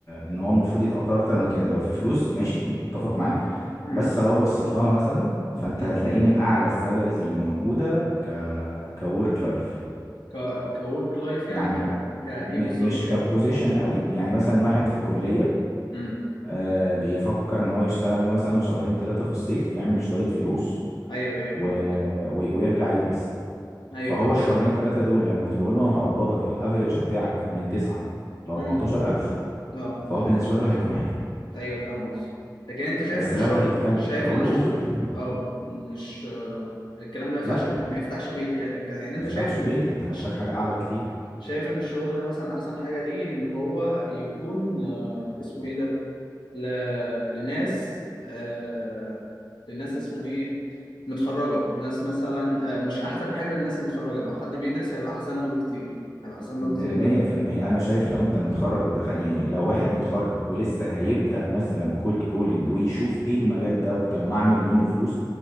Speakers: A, on the left (about 45°); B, on the left (about 85°).
A: ان هو المفروض يتقدر اكتر من كده لو في فلوس ماشي متفق معاك
B: امم
A: بس لو بصيت لها مثلا فانت
B: امم
A: هتلاقيه من اعلى السالاريز اللي موجودة ك كورك لايف
B: ك كورك لايف يعني
A: يعني
B: ك كايه
A: م-
B: بالظبط
A: مش
B: يعني
A: كبوزيشن قوي يعني مثلا واحد في كلية
B: امم
A: آه، بيفكر ان هو يشتغل له مثلا شهرين ثلاثة في الصيف يعمل شوية فلوس
B: ايوه ايوه
A: و...
B: فاهمك
A: و... ويرجع يدرس
B: ايوه
A: فهو
B: فاهمك
A: الشهرين ثلاثة دول لما تقول له انا هقبضك الافريج بتاعك من 9 ل 14000
B: امم اه
A: فهو بالنسبة له هيكون حلو
B: ايوه فاهم قصدك لكن انت شايف
A: بس
B: ان الشغل
A: لو هتتكلم
B: شايف
A: كأول
B: ان الش...
A: اوفر
B: اه مش آه، الكلام ده ما يفتحش
A: لا
B: ما يفتحش بيت يعني كده يعني
A: ما
B: انت
A: يفتحش
B: شايف ان
A: بيت انت محتاج
B: ش...
A: حاجة اعلى بكتير
B: شايف ان الشغل ده مثلا احسن حاجه ليه ان هو يكون آه، اسمه ايه ده ل... لناس آه... لناس اسمه ايه متخرجة ناس مثلا آه، مش أحسن حاجة للناس متخرجة لو حد بيدرس هيبقى أحسن له بكتير هيبقى أحسن
A: م-
B: له بكتير إن
A: مية في المية أنا شايف لو أنت متخرج ودخل يعني لو واحد متخرج ولسه هيبدأ مثلا كولد كولينج ويشوف إيه المجال ده وطب ما أعمل منه فلوس